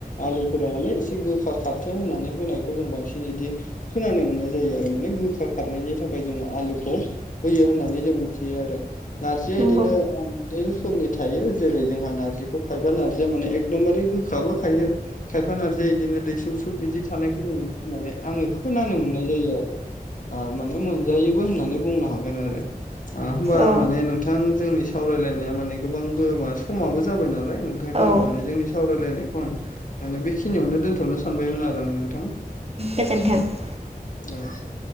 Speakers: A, on the left (about 55°); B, on the right (about 40°).
A: आलुफोरा माने इसे गोखा खारथो होननानै होनायखौ जों बांसिन इदि खोनानो मोननाय जायो आरो माने गोखा खारनायनि थाखाय जोङो आलुखौ होयो होननानै जों मिथियो आरो नारजिया
B: नंगौ
A: इदिनो ए' रोखोमनि थायो जेरै जोंहा नारजिखौ खायफा नारजिया माने एकदमबारे गोखाबो खायो खायफा नारजिया इदिनो दैसुब सुब बिदि थानायखौ जोङो माने आङो खोनानो मोननाय जायो आरो। ओ माने मोनजायोबो होननानै बुंनो हागोन आरो। आ होमबा
B: औ
A: माने नोंथां जोंनि सावरायलायनाया माने गोबां गो मा समाबो जाबाय नालाय नोंथांजों
B: औ
A: आं माने जोंनि सावरायलायनायखौ आं माने बेखिनियावनो दोनथ'नो सानबायमोन आरो आं नोंथां।
B: गोजोन्थों।
A: <unintelligible>